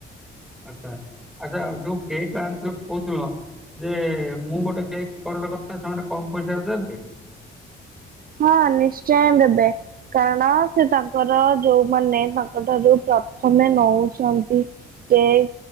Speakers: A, in the centre; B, on the right.
A: ଆଚ୍ଛା ଆଚ୍ଛା ଯୋଉ କେକ୍ ଆଣଥିଲ କହୁଥିଲ। ଯେ ମୁଁ ଗୋଟେ କେକ୍ ଅର୍ଡର କରିଥିଲେ ସେମାନେ କମ ପଇସାରେ ଦେବେ।
B: ହଁ ନିଶ୍ଚୟ ଦେବେ। କାରଣ ସେ ତାଙ୍କର ଯୋଉମାନେ ତାଙ୍କ ଠାରୁ ପ୍ରଥମେ ନଉଛନ୍ତି। <unintelligible>